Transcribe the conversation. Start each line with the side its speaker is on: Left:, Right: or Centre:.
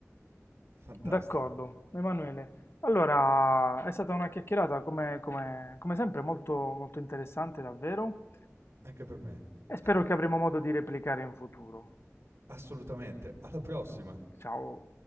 Right: fantastico,
Left: D'accordo, Emanuele. Allora, è stata una chiacchierata come, come- come sempre molto, molto interessante, davvero.
Right: anche per me.
Left: E spero
Right: <laughs>
Left: che avremo modo di replicare in futuro.
Right: Assolutamente, alla prossima.
Left: Ciao!